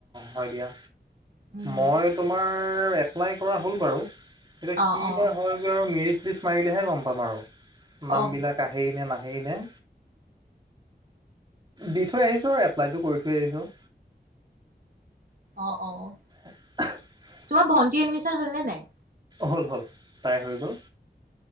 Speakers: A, on the right; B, on the right.
A: হয় দিয়া
B: উম
A: মই তোমাৰ মোৰ এপ্লাই কৰা হল বাৰু এতিয়া কি
B: অ অ
A: বা হয়। আৰু মেৰিট লিষ্ট মাৰিলেহে গম পাম আৰু নামবিলাক
B: অ
A: আহেই নে নাহেই নে। দি থৈ আহিছো আৰু এপ্লাইটো কৰি থৈ আহিছো
B: অ' অ
A: <unintelligible>
B: তোমাৰ ভন্তি এডমিশ্যন হল নে নাই
A: হ'ল হ'ল তাইৰ হৈ গ'ল।